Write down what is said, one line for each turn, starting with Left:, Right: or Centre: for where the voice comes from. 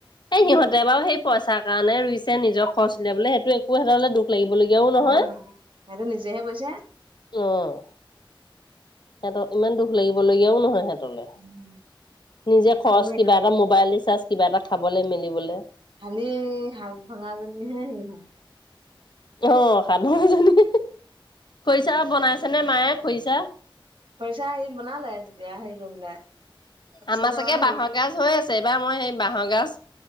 Left: এ, সিহঁতে বাৰু সেই পইচাৰ কাৰণে ৰুইছে নিজৰ খৰচ উলিয়াবলৈ সেইটো কৰি থকা হ'লে দুখ লাগিবলগীয়াও নহয়।
Right: অ সেইটো নিজেহে কৈছে
Left: অহ' সিহঁতক ইমান দুখ লাগিব লগীয়াও নহয় সেহেঁত নিজে
Right: উম, খালি
Left: খৰচ কিবা এটা, মোবাইল ৰিচাৰ্জ কিবা এটা, খাবলে মেলিবলে।
Right: খালি হাত ভাঙাজনী হে সেই হ'ল।
Left: অহ' হাত ভঙাজনী। খৰিচা বনাইছেনে মায়ে খৰিচা?
Right: খৰিচা এই বনালে, তেতিয়া হেই গৈ পেলাই। তাৰপিছত
Left: আমাৰ চাগে বাঁহৰ
Right: হেৰি
Left: গাজ হৈ আছে এইবাৰ মই সেই বাঁহৰ গাজ